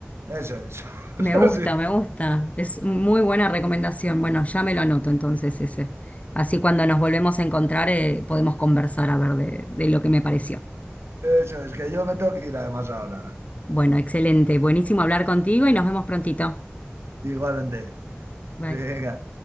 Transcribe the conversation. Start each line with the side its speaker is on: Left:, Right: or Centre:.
Right: Eso es. <laughs>
Left: Me
Right: Eso
Left: gusta,
Right: sí,
Left: me gusta. Es muy buena recomendación. Bueno, ya me lo anoto entonces ese. Así cuando
Right: sí.
Left: nos volvemos a encontrar eh, podemos conversar a ver de, de lo que me pareció.
Right: Eso es, que yo me tengo que ir además ahora.
Left: Bueno, excelente. Buenísimo hablar contigo y nos vemos prontito.
Right: Igualmente.
Left: Bye.
Right: Venga.